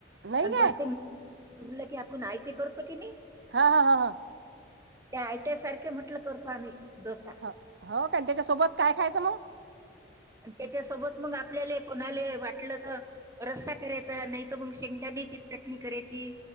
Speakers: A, on the right (about 75°); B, on the right (about 15°).
A: नाही
B: आणि
A: काय
B: बसते उरलं की आपण आय ते करतो की नाही
A: हा हा हा हा
B: त्या आय त्या् सारखे म्हंटलं करतो आम्ही डोसा
A: हो कण त्याच्यासोबत काय खायचं मग
B: आणि त्याच्यासोबत मग आपल्याला कोणाले वाटलं तर रस्ता करायचा नाही तर मग शेंगदा्यांनी तिथ चटणी करे त